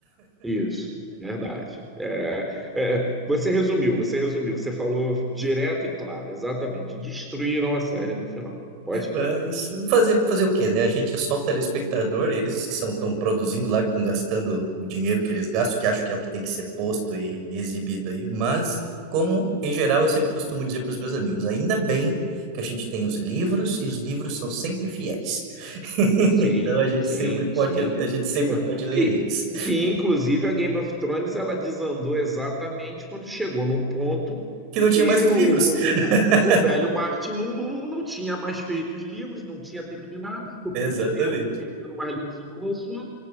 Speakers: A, in the centre; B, on the right.
A: Isso, verdade. É, é, você resumiu, você resumiu, você falou direto e claro, exatamente. Destruíram a série no final, pode crer.
B: É, isso, fazer, fazer o quê, né? A gente é só o telespectador, eles os que são estão produzindo lá, que estão gastando o dinheiro que eles gastam, que acho que é o que tem que ser posto e, e exibido aí. Mas, como em geral eu sempre costumo dizer para os meus amigos, ainda bem que a gente tem os livros e os livros são sempre fiéis. <laughs>
A: Sim,
B: Então a gente
A: sim,
B: sempre pode,
A: sim.
B: a gente sempre pode ler
A: Que,
B: eles.
A: que inclusive a Game of Thrones ela desandou exatamente quando chegou num ponto
B: Que não
A: que
B: tinha mais os
A: o,
B: livros.
A: o, o,
B: <laughs>
A: o velho Martin não, não, não- não tinha mais feito os livros, não tinha terminado, ficou
B: Exatamente.
A: prometendo, prometendo mais livros e não lançou.